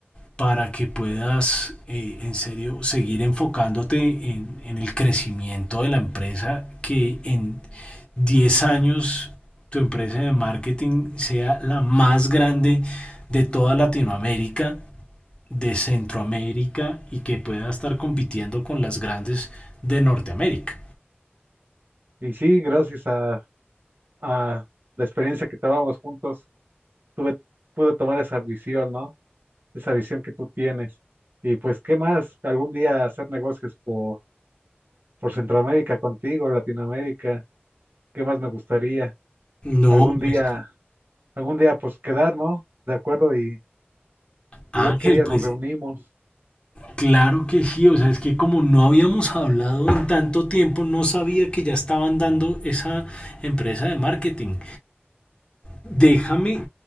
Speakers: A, on the left; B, on the right.
A: para que puedas eh, en serio seguir enfocándote en, en, el crecimiento de la empresa, que en 10 años tu empresa de marketing sea la más grande de toda Latinoamérica, de Centroamérica y que pueda estar compitiendo con las grandes de Norteamérica.
B: Y sí, gracias a, a la experiencia que tomamos juntos, tuve, pude tomar esa visión, ¿no? Esa visión que tú tienes. Y pues, ¿qué más? Algún día hacer negocios por, por Centroamérica contigo, Latinoamérica. ¿Qué más me gustaría?
A: No,
B: Algún día,
A: pues
B: algún día, pues quedar, ¿no? De acuerdo y,
A: Ángel,
B: y ver qué día
A: pues
B: nos reunimos.
A: Claro que sí, o sea, es que como no habíamos hablado en tanto tiempo, no sabía que ya estaban dando esa empresa de marketing. Déjame,